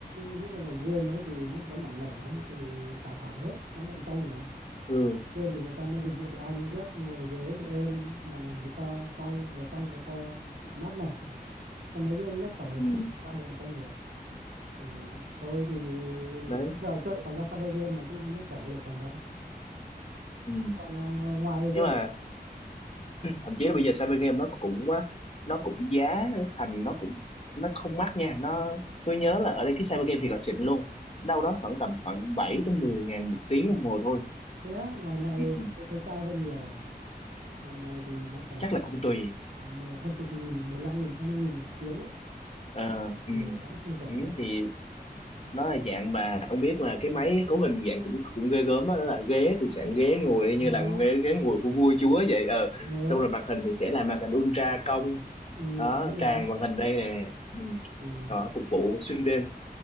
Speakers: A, on the right; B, on the left.
A: những cái ngành game đấy thì những cái quán nhỏ lẻ nó bị thì đào thải hết nó cạnh tranh mà
B: ừ
A: game thì người ta nó dịch vụ từ A đến Z ngồi ghế thì êm màn hình thì to cong vừa cong vừa to lại mát mẻ còn mấy game nét cỏ hồi
B: Ừ.
A: xưa thì sao mà cạnh tranh được ừ. tôi thì
B: đấy
A: giờ chơi toàn ra cyber game mà chứ nét cỏ bây giờ còn đâu
B: ừ.
A: còn ờ, ngoài
B: nhưng
A: game
B: mà thậm chí là bây giờ cyber game nó cũng á, nó cũng giá thành nó cũng nó không mắc nha nó tôi nhớ là ở đây cái cyber game thì còn xịn luôn đâu đó khoảng tầm khoảng 7 tới 10 ngàn một tiếng đồng hồ thôi
A: thế á ngoài này
B: ừ.
A: tôi thấy cao hơn nhiều à Ngoài này thì nó phải
B: chắc
A: tầm
B: là cũng tùy
A: ờ, 10, hơn chục nghìn, mười lăm nghìn, 20 nghìn một tiếng đấy.
B: ờ ừ.
A: Ừ, nó cũng không rẻ
B: Ừ.
A: đâu.
B: thì nó là dạng bà ông biết là cái máy cấu hình dạng cũng cũng ghê gớm á đó là ghế thì dạng
A: Ừ,
B: ghế ngồi y như
A: Nó,
B: là ghế ghế ngồi của vua chúa vậy ờ
A: ừ,
B: xong rồi màn hình thì sẽ là màn hình ultra cong
A: ừ,
B: đó
A: đúng rồi.
B: tràn màn hình đây nè ừ.
A: Ừ,
B: Đó, phục vụ xuyên đêm